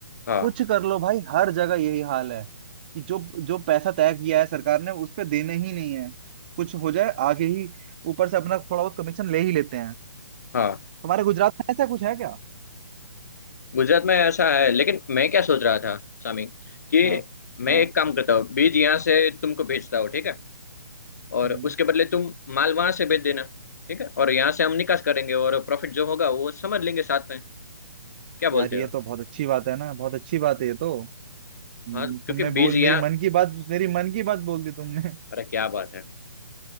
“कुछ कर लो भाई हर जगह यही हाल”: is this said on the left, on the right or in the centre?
Right